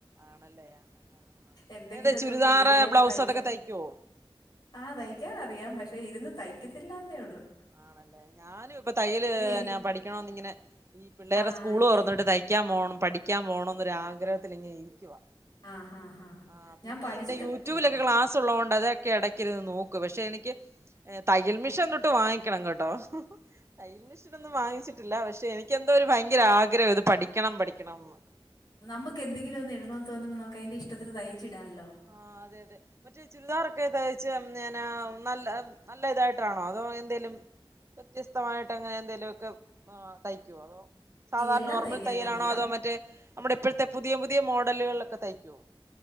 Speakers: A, on the right; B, on the left.
A: ആണല്ലേ ആ ആ ആ
B: എന്തെങ്കിലൊക്കെ
A: ഏത് ചുരിദാറ്
B: പുതിയതായിട്ട്
A: ബ്ലൗസ്
B: തയ്ക്കാൻ
A: അതൊക്കെ തയ്ക്കുവോ
B: ആ തയ്ക്കാൻ അറിയാം പക്ഷെ ഇരുന്ന്
A: ആണല്ലേ
B: തയ്ക്കത്തില്ലാന്നേ ഒള്ളു
A: ആണല്ലേ ഞാനും ഇപ്പ തയ്യല്
B: എനി
A: പഠിക്കണന്ന് ഇങ്ങനെ ഈ പിള്ളേടെ
B: ആ
A: സ്കൂള് തൊറന്നിട്ട്
B: എ
A: തയ് യ്ക്കാൻ പോ പഠിക്കാൻ പോണം ന്ന ആഗ്രഹത്തിൽ ഇങ്ങനെ ഇരിക്കുവ
B: ആ ഹാ ഹാ
A: ആ പിന്നെ
B: ഞാൻ പഠിച്ചിട്ടൊക്കെയുണ്ട്
A: ഇതിന്റെ യൂട്യൂബിലൊക്കെ ക്ലാസ് സുള്ളൊണ്ട് അതൊക്കെ എടക്ക് ഇരുന്നു നോക്കും പക്ഷെ എനിക്ക് തയ്യൽ മിഷൻ ഒന്നുട്ട് വാങ്ങി ക്കണം കേട്ടോ തയ്യൽ മിഷീൻ ഒന്നും വാങ്ങിച്ചിട്ടില്ല പക്ഷെ എനിക്ക് എന്തോ ഒരു ഭയങ്കര ആഗ്രഹം ഇത് പഠിക്കണം പഠിക്കണം എന്ന്
B: നമുക്ക് എന്തങ്കിലും ഒന്ന് ഇടണമന്ന് തോന്നുമ്പോ നമുക്ക് അയിന്റെ ഇഷ്ടത്തിന് തയ്ച്ച് ഇടാല്ലോ
A: ആ അതെ അതെ മറ്റേ ചുരിദാറൊക്കെ തയിച്ച ങ്ങന നല്ല നല്ല ഇതായിട്ടാണോ അതോ എന്തെലും വ്യത്യസ്തമായിട്ട് അങ്ങനെ എന്തേലു ഒക്കെ തയ്ക്കോ അതോ സാധാരണ
B: എല്ലാം
A: നോർമൽ
B: തയ്ക്കാനറിയാം
A: തയ്യലാണോ അതോ മറ്റേ നമ്മുടെ ഇപ്പഴത്തെ പുതിയ പുതിയ മോഡലുകളിലൊക്കെ തയ്ക്കോ